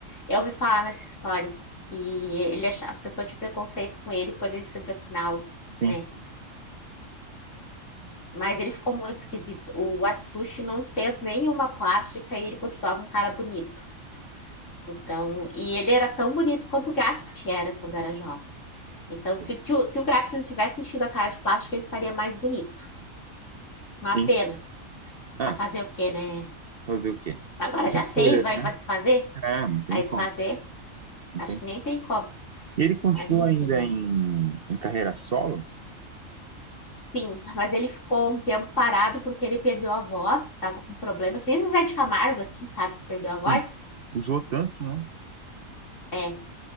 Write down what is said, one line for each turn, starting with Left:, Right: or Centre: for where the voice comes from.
Left: Eu ouvi falar nessa história que ele acha- as pessoas tinham preconceito com ele por ele ser de Okinawa,
Right: Sim,
Left: né? Mas ele ficou muito esquisito. O Atsushi não fez nenhuma plástica e ele continuava um cara bonito. Então, e ele era tão bonito quanto o Gakt era quando era jovem. Então, se,
Right: sim,
Left: tio- se o Gakt não tivesse enchido a cara de plástica, ele estaria mais bonito. Uma
Right: sim.
Left: pena.
Right: É,
Left: Mas fazer o quê, né?
Right: Fazer o quê?
Left: Agora
Right: São
Left: já
Right: escolhas,
Left: fez, vai,
Right: né?
Left: vai desfazer?
Right: É, não tem
Left: Vai desfazer?
Right: como, não
Left: Acho
Right: tem.
Left: que nem tem como.
Right: E ele continua
Left: Mas enfim,
Right: ainda
Left: né?
Right: em, em carreira solo?
Left: Sim, mas ele ficou um tempo parado porque ele perdeu a voz, estava com problema, que nem Zezé de Camargo, assim, sabe, que perdeu
Right: Sim.
Left: a voz.
Right: Usou tanto, né?
Left: É,